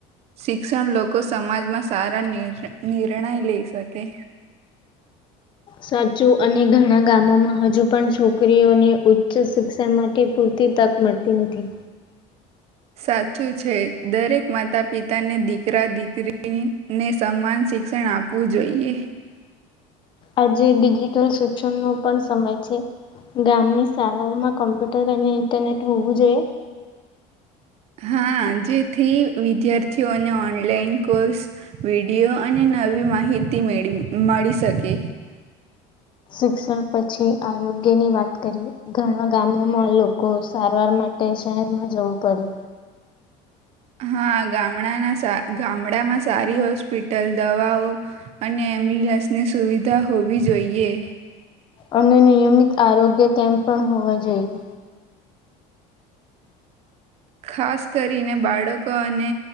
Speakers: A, on the right (about 40°); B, on the left (about 30°).
A: શિક્ષણ લોકો સમાજમાં સારા નિ નિર્ણય લેય સકે.
B: સાચું અને ઘણા ગામોમાં હજુ પણ છોકરીઓને ઉચ્ચ શિક્ષણ માટે પૂરતી તક મળતી નથી.
A: સાચું છે દરેક માતા પિતાને દીકરા દીકરીને સમાન શિક્ષણ આપવું જોઈએ.
B: આજે ડીજીિટલ સુ શિક્ષણ નો પણ સમય છે. ગામની શાળાઓમાં કમ્પ્યુટર અને ઇન્ટરનેટ હોવું જોઈએ.
A: હા જેથી વિદ્યાર્થીઓને ઓનલાઈન કોર્સ, વિડીયો અને નવી માહિતી મેળ મળી શકે.
B: શિક્ષણ પછી આરોગ્યની વાત કરી ઘણા ગામોમાં લોકો સારવાર માટે શહેરમાં જવું પડે.
A: હા ગામના ગામડામાં સારી હોસ્પિટલ દવાઓ, અને એમ્બ્યુલન્સની સુવિધા હોવી જોઈએ.
B: અને નિયમિત આરોગ્ય કેમ્પ પણ હોવા જોઈએ.
A: ખાસ કરીને બાળકો અને,